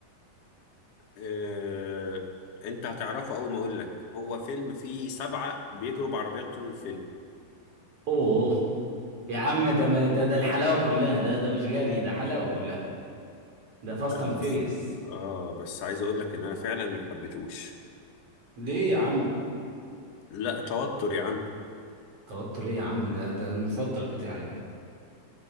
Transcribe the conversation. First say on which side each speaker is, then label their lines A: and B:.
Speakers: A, on the left; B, on the right.
A: آه انت هتعرفه اول ما اقول لك هو فيلم فيه سبعة بيجروا بعربيات طول الفيلم
B: اوه يا عم ده ما- ده ده الحلاوة كلها ده ده مش جري ده حلاوة كلها ده فاست
A: لا
B: اند
A: بس
B: فيريوس
A: اه بس عايز اقول لك ان انا فعلا ما حبيتهوش
B: ليه يا عم
A: لا توتر يا عم
B: توتر ايه يا عم ده ده المفضل بتاعي ده